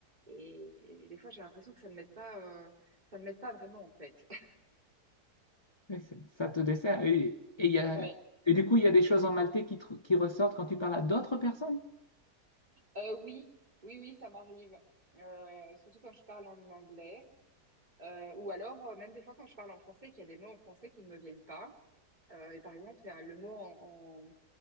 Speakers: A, on the right (about 25°); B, on the left (about 25°).
A: et, et des fois j'ai l'impression que ça ne m'aide pas, euh, ça ne m'aide pas vraiment en fait. <laughs>
B: oui, c'est- ça te dessert. Et, et il y a,
A: Ouais.
B: et du coup, il y a des choses en maltais qui, tr- qui ressortent quand tu parles à d'autres personnes?
A: Euh, oui, oui, oui, ça m'arrive. Euh, surtout quand je parle en anglais Euh, ou alors euh, même des fois quand je parle en français, qu'il y a des mots en français qui ne me viennent pas. Euh, et par exemple, c'est un- le mot en, en,